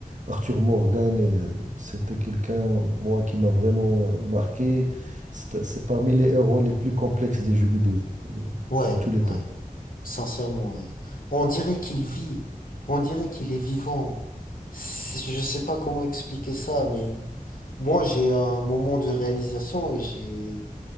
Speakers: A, on the right (about 55°); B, on the left (about 70°).
A: Arthur Morgan, euh, c'était quelqu'un, moi, qui m'a vraiment euh, marqué. C'est c'est parmi les héros les plus complexes des jeux vidéo euh,
B: Ouais,
A: de tous les
B: ouais,
A: temps.
B: sincèrement, oui. On dirait qu'il vit, on dirait qu'il est vivant. C'est- Je sais pas comment expliquer ça, mais moi j'ai un moment de réalisation et j'ai